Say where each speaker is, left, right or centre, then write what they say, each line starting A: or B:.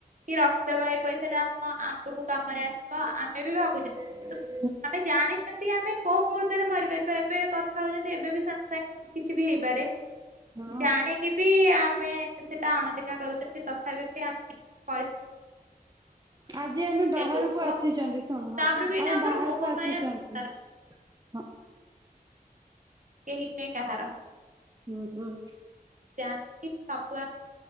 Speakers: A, on the right; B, on the right.
A: କି ରକ୍ତ ବାହି ପଇସା ଟା ଆମ ଆଗକୁ କାମରେ ଆସିବ ଆମେ ବି ଭାବୁଛୁ।
B: <unintelligible>
A: ଆମେ ଜାଣିଛନ୍ତି ଆମେ କୋଉ ମୁହୂର୍ତ୍ତରେ ମରିପାରିବା ଏବେ କଥା ହଉଛନ୍ତି ଏବେ ବି ସାଙ୍ଗ କିଛି ବି ହେଇପାରେ।
B: ହଁ।
A: ଜାଣିକି ବି ଆମେ ସେଟା ଅଣଦେଖା କରୁଛନ୍ତି ତଥାପି ବି ଆମେ କହି
B: ଆଜି ଆମେ ବାହାରକୁ
A: ଲୋଭ
B: ଆସିଛନ୍ତି ଶୁଣୁ ହଁ
A: ତାପରେ ବି ଏଇଟା
B: ଆମେ
A: ଆମର
B: ବାହାରକୁ
A: ମୋହମାୟା
B: ଆସିଛନ୍ତି।
A: ସଂସାର,
B: ହଁ
A: କେହି ନୁହେଁ କାହାର।
B: ହୁଁ, ହୁଁ।
A: <unintelligible>